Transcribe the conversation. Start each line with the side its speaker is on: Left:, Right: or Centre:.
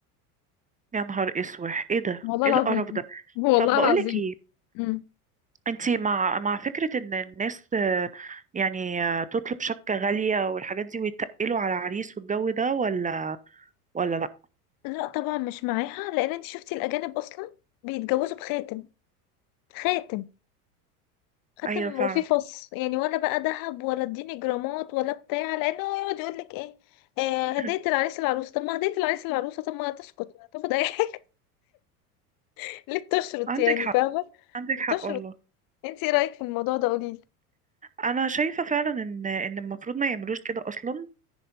Right: يا نهار اسود ايه ده
Left: والله
Right: ايه
Left: العظيم
Right: القرف ده
Left: والله
Right: طب بقولك
Left: العظيم
Right: ايه
Left: مم.
Right: انتي مع مع فكرة ان الناس آه، يعني آه، تطلب شبكة غالية والحاجات دي ويتقلوا على عريس والجو ده ولا ولا لا
Left: لا طبعا مش معاها لان انت شفتي الاجانب اصلا بيتجوزوا بخاتم خاتم خاتم
Right: ايوه فعلا
Left: وفيه فص يعني ولا بقى ذهب ولا اديني جرامات ولا بتاع لان هو يقعد يقول لك ايه آه
Right: <laughs>
Left: هدية العريس العروسة طب ما هدية العريس العروسة طب ما تسكت ما تاخد اي حاجة <laughs> ليه بتشرط
Right: <clears throat> عندك
Left: يعني
Right: حق
Left: فاهمة
Right: عندك
Left: بتشرط
Right: حق والله
Left: انت ايه رأيك في الموضوع ده قوليلي
Right: انا شايفة فعلا ان ان المفروض ما يعملوش كده اصلا